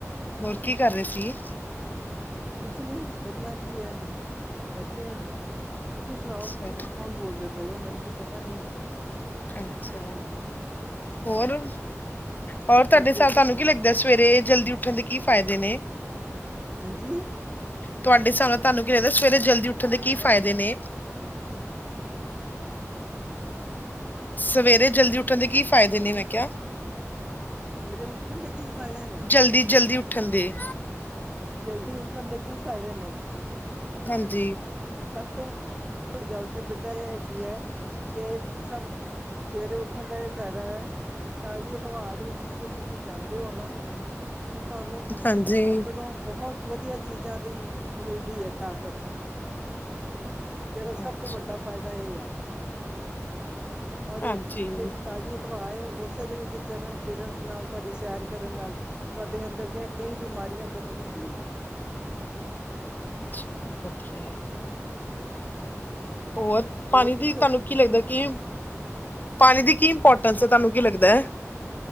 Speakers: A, on the left (about 35°); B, on the right (about 15°).
A: ਹੋਰ ਕੀ ਕਰ ਰਹੇ ਸੀ
B: ਕੁਛ ਨੀ, ਕਰਨਾ ਕੀ ਹੈ, ਬੈਠੇ ਆਂ ਤੁਸੀਂ ਸੁਣਾਓ
A: ਚਲੋ
B: ਵੀ, ਤੁਸੀਂ ਕੌਣ ਬੋਲਦੇ ਪਏ ਹੋ ਮੈਨੂੰ ਤਾਂ ਪਤਾ ਨਹੀਂ ਆ
A: ਅੱਛਾ, ਹੋਰ ਹੋਰ ਤੁਹਾਡੇ ਹਿਸਾਬ,
B: ਜੇ ਕੋਈ
A: ਤੁਹਾਨੂੰ ਕੀ ਲੱਗਦਾ ਸਵੇਰੇ ਜਲਦੀ ਉੱਠਣ ਦੇ ਕੀ ਫਾਇਦੇ ਨੇ
B: ਹਾਂਜੀ
A: ਤੁਹਾਡੇ ਹਿਸਾਬ ਨਾਲ ਤੁਹਾਨੂੰ ਕੀ ਲਗਦਾ ਸਵੇਰੇ ਜਲਦੀ ਉੱਠਣ ਦੇ ਕੀ ਫਾਇਦੇ ਨੇ ਸਵੇਰੇ ਜਲਦੀ ਉੱਠਣ ਦੇ ਕੀ ਫਾਇਦੇ ਨੇ, ਮੈਂ ਕਿਹਾ
B: ਸਵੇਰੇ ਉੱਠਣ ਦੇ ਕੀ ਫਾਇਦੇ ਨੇ
A: ਜਲਦੀ, ਜਲਦੀ ਉੱਠਣ ਦੇ
B: ਜਲਦੀ ਉੱਠਣ ਦੇ ਕੀ ਫ਼ਾਇਦੇ ਨੇ
A: ਹਾਂਜੀ
B: ਸਭ ਤੋਂ ਵੱਡੀ ਗੱਲ ਤੇ ਬੇਟਾ ਇਹ ਹੈਗੀ ਹੈ, ਕਿ ਸਭ। ਸਵੇਰੇ ਉੱਠਣ ਦਾ ਇਹ ਫ ਫਾਇਦਾ ਹੈ, ਕਿ ਤਾਜ਼ੀ ਹਵਾ ਦੇ ਵਿੱਚ ਜਦੋਂ ਤੁਸੀਂ ਜਾਂਦੇ ਹੋ ਨਾ ਤੇ ਤੁਹਾਨੂੰ,
A: ਹਾਂਜੀ
B: ਅੰਦਰੋਂ ਬਹੁਤ ਵਧੀਆ ਚੀਜ਼ਾਂ ਦੀ, ਮਿਲਦੀ ਹੈ ਤਾਕਤ ਜਿਹੜਾ ਸਭ
A: ਅੱਛਾ
B: ਤੋਂ ਵੱਡਾ ਫਾਇਦਾ ਇਹ ਆ ਔਰ,
A: ਹਾਂਜੀ,
B: ਜਿਹੜੀ ਤਾਜ਼ੀ ਹਵਾ ਏ ਉਸੇ ਦੇ ਵਿੱਚ ਚਲਨ- ਫਿਰਨ ਨਾਲ ਤੁਹਾਡੀ ਸੈਰ ਕਰਨ ਨਾਲ ਤੁਹਾਡੇ ਅੰਦਰ ਦੀਆਂ ਕਈ ਬਿਮਾਰੀਆਂ ਖ਼ਤਮ ਹੁੰਦੀਆਂ ਏਂ
A: ਅੱਛਾ ਵਧੀਆ ਹੋਰ, ਪਾਣੀ
B: ਹੋਰ
A: ਦੀ
B: ਪੁੱਛੋ
A: ਤੁਹਾਨੂੰ ਕੀ ਲੱਗਦਾ ਕਿ, ਪਾਣੀ ਦੀ ਕੀ ਇੰਪੋਰਟੈਂਸ ਹੈ, ਤੁਹਾਨੂੰ ਕੀ ਲੱਗਦਾ